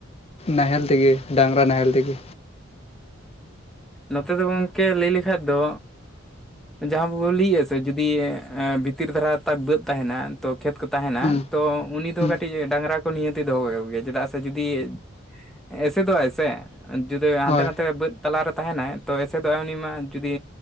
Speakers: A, on the left (about 30°); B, in the centre.
A: ᱱᱟᱦᱮᱞ ᱛᱮᱜᱮ ᱰᱟᱝᱜᱨᱟ ᱱᱟᱦᱮᱞ ᱛᱮᱜᱮ᱾
B: ᱱᱚᱛᱮ ᱫᱚ ᱜᱚᱝᱠᱮ ᱞᱟᱹᱭ ᱞᱮᱠᱷᱟᱡ ᱫᱚ᱾ ᱡᱟᱦᱟᱸ <unintelligible> ᱥᱮ ᱡᱩᱫᱤ ᱵᱷᱤᱛᱤᱨ ᱫᱷᱟᱨᱟ ᱛᱟ ᱵᱟᱹᱫ ᱛᱟᱦᱮᱱᱟ ᱛᱚ ᱠᱷᱮᱛ ᱠᱚ ᱛᱟᱦᱮᱱᱟ
A: ᱦᱩᱸ
B: ᱛᱚ ᱩᱱᱤ ᱫᱚ
A: ᱦᱩᱸ
B: ᱠᱟᱹᱴᱤᱡ ᱠᱟᱹᱴᱤᱡ ᱰᱟᱝᱨᱟ ᱠᱚ ᱱᱤᱦᱟᱹᱛᱮ ᱫᱚᱦᱚ ᱟᱠᱜᱮᱭᱟ ᱪᱮᱫᱟᱜ ᱥᱮ ᱡᱩᱫᱤ ᱮᱥᱮᱫᱚᱜᱟᱭ ᱥᱮ ᱡᱩᱫᱤ ᱦᱟᱱᱛᱮ
A: ᱦᱳᱭ
B: ᱱᱟᱛᱮ ᱵᱟᱹᱫᱽ ᱛᱟᱞᱟ ᱨᱮ ᱛᱟᱦᱮᱱᱟᱭ ᱛᱚ ᱮᱥᱮᱫᱚᱜ ᱟᱭ ᱩᱱᱤ ᱢᱟ ᱡᱩᱫᱤ